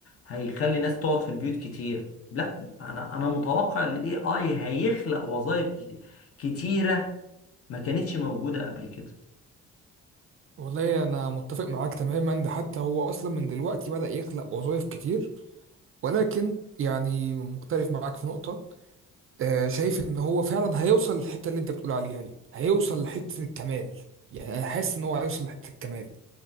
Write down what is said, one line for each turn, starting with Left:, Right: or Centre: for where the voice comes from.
Left: هيخلي ناس تقعد في البيوت كتير لا انا انا متوقع ان الاي اي هيخلق وظائف كتيره ما كانتش موجوده قبل كده
Right: والله انا متفق معاك تماما ده حتى هو اصلا من دلوقتي بدأ يخلق وظائف كتير ولكن يعني مختلف معاك في نقطة آه، شايف ان هو فعلا هيوصل للحته اللي انت بتقول عليها دي هيوصل لحته الكمال يعني انا حاسس ان هو هيوصل لحته الكمال